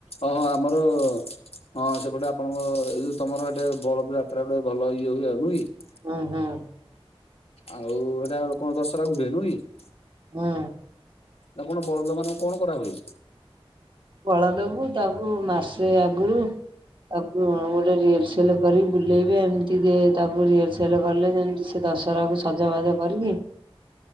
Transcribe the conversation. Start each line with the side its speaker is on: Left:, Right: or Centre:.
Left: ଓ ହଁ ଆମର ହଁ ସେପଟେ ଆପଣଙ୍କ ଏ ଯଉ ତମର ଏଟେ ବଳ ଯାତ୍ରା ଗୋଟେ ଭଲ ଇଏ ହୁଏ ଆଉ ନୁହଁ କି
Right: ହୁଁ ହୁଁ
Left: ଆଉ ଏଟା କଣ ଦଶହରା କୁ ହୁଏ ନୁହେଁ କି।
Right: ହଁ
Left: ଆପଣ ବଳଦ ମାନଙ୍କୁ କଣ କରା ହୁଏ?
Right: ବଳଦ କୁ ତାକୁ ମାସେ ଆଗରୁ ତାକୁ ଗୋଟେ ରିୟେଲସେଲ୍ କରିକି ବୁଲେଇବେ, ଏମତି ତାକୁ ରିୟେଲସେଲ୍ କଲେ ଯେମିତି ସେ ସେ ଦଶହରାକୁ ସଜବାଜ କରିକି